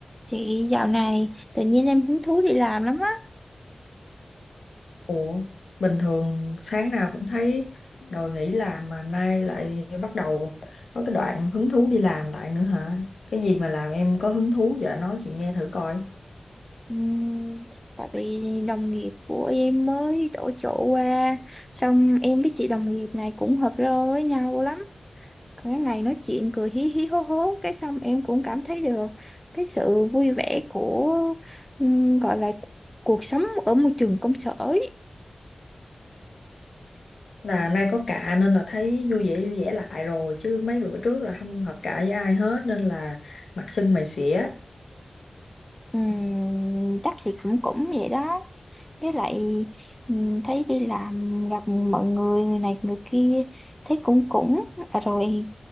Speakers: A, in the centre; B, on the left.
A: Chị dạo này tự nhiên em hứng thú đi làm lắm á
B: Ủa, bình thường sáng nào cũng thấy đòi nghỉ làm mà nay lại bắt đầu có cái đoạn hứng thú đi làm lại nữa hả? Cái gì mà làm em có hứng thú vậy? Nói chị nghe thử coi.
A: Ừm, Tại vì đồng nghiệp của em mới đổi chỗ qua Xong em với chị đồng nghiệp này cũng hợp rơ với nhau lắm Cái ngày nói chuyện cười hí hí hố hố Cái xong em cũng cảm thấy được cái sự vui vẻ của ừm, Gọi là cuộc sống ở môi trường công sở ấy.
B: Là nay có cạ nên là thấy vui vẻ vui vẻ lại rồi chứ mấy bữa trước là không hợp cạ với ai hết nên là mặt sưng mày xỉa.
A: Ừm, chắc thì cũng cũng vậy đó với lại ừm, thấy đi làm gặp mọi người người này người kia thấy cũng cũng à, rồi